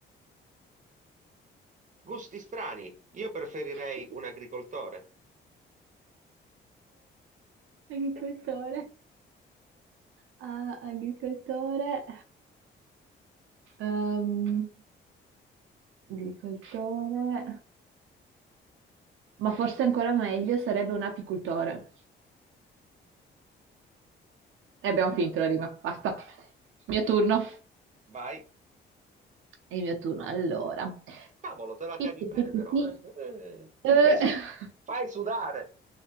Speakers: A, on the right; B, on the right.
A: Gusti strani, io preferirei
B: <laughs>
A: un agricoltore.
B: Agricoltore.
A: <laughs>
B: Ah, agricoltore. Ehm, agricoltore. Ma forse ancora meglio sarebbe un apicultore. E abbiamo finito la rima, basta. Mio turno.
A: Vai,
B: È il mio turno, allora.
A: cavolo, te la
B: Pi,
A: cavi
B: pi,
A: bene
B: pi, pi,
A: però.
B: pi.
A: eh? Eh,
B: Eh,
A: Fai, su-
B: <laughs>
A: fai sudare.